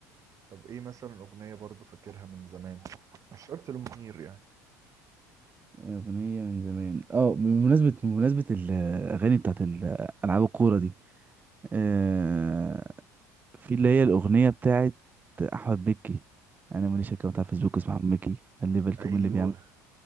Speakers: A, on the right; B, on the right.
A: طب ايه مثلا اغنية برضو فاكرها من زمان مش شرط لمنير يعني
B: اغنيه من زمان اه بمناسبه بمناسبه الاغاني بتاعت ال- العاب الكوره دي آه في اللي هي الاغنيه بتاعت احمد مكي انا ماليش اكونت على فيسبوك اسمه احمد مكي خلي بالكم
A: ايوه
B: من اللي بيعمل